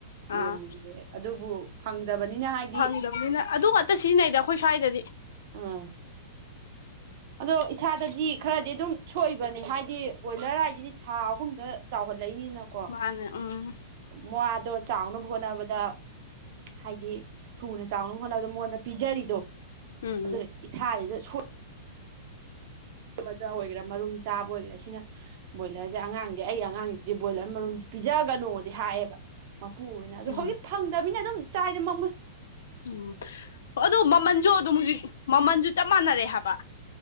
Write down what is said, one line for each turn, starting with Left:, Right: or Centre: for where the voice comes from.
Right: ꯌꯦꯔꯨꯝꯁꯦ
Left: ꯑꯥ
Right: ꯑꯗꯨꯕꯨ ꯐꯪꯗꯕꯅꯤꯅ ꯍꯥꯏ
Left: ꯐꯪꯗꯕꯅꯤꯅ ꯑꯗꯨ ꯉꯇ ꯁꯤꯖꯤꯟꯅꯩꯗ ꯑꯩꯈꯣꯏ ꯁ꯭ꯋꯥꯏꯗꯗꯤ
Right: ꯑꯥ ꯑꯗꯣ ꯏꯁꯥꯗꯗꯤ ꯈꯔꯗꯤ ꯑꯗꯨꯝ ꯁꯣꯛꯏꯕꯅꯤ ꯍꯥꯏꯗꯤ ꯕꯣꯏꯂꯔ ꯍꯥꯏꯁꯤꯗꯤ ꯊꯥ ꯑꯍꯨꯝꯗ ꯆꯥꯎꯍꯜꯂꯛꯏꯅꯤꯅ ꯀꯣ
Left: ꯃꯥꯅꯦ ꯎꯝ
Right: ꯃꯗꯣ ꯆꯥꯎꯅꯕ ꯍꯣꯠꯅꯕꯗ ꯍꯥꯏꯗꯤ ꯊꯨꯅ ꯆꯥꯎꯅꯕ ꯍꯣꯠꯅꯕꯗ ꯃꯉꯣꯟꯗ ꯄꯤꯖꯔꯤꯗꯣ
Left: ꯎꯝ
Right: ꯑꯗꯨꯅ ꯏꯊꯥꯖꯤꯗ ꯁꯣꯛ ꯕꯗ ꯑꯣꯏꯒꯦꯔꯥ ꯃꯔꯨꯝ ꯆꯥꯕ ꯑꯣꯏꯒꯦꯔꯥ ꯁꯤꯅ ꯕꯣꯏꯂꯔꯁꯦ ꯑꯉꯥꯡꯗꯤ ꯑꯩ ꯑꯉꯥꯡꯖꯦ ꯕꯣꯏꯂꯔ ꯃꯔꯨꯝꯁꯦ ꯄꯤꯖꯒꯅꯣꯗꯤ ꯍꯥꯏꯌꯦꯕ ꯃꯄꯨ ꯑꯣꯏꯅ ꯑꯗꯣ
Left: ꯎꯝ
Right: ꯍꯧꯖꯤꯛ ꯐꯪꯗꯕꯅꯤꯅ ꯑꯗꯨꯝ ꯆꯥꯏꯗ ꯃꯃꯨ
Left: ꯎꯝ ꯑꯗꯨꯣ ꯃꯃꯜꯖꯨ ꯑꯗꯨꯝ ꯍꯧꯖꯤꯛ ꯃꯃꯜꯖꯨ ꯆꯞ ꯃꯥꯟꯅꯔꯦ ꯍꯥꯏꯕ